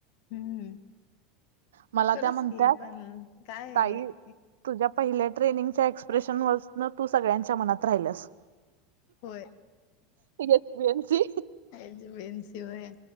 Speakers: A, on the left; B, on the right.
A: हम्म
B: मला
A: खरंच
B: त्या म्हणतात
A: की पण काय
B: ताई
A: ये.
B: तुझ्या पहिल्या ट्रेनिंगच्या एक्सप्रेशन वसून तू सगळ्यांच्या मनात राहिलेस.
A: होय
B: HBMC
A: H B N C O A.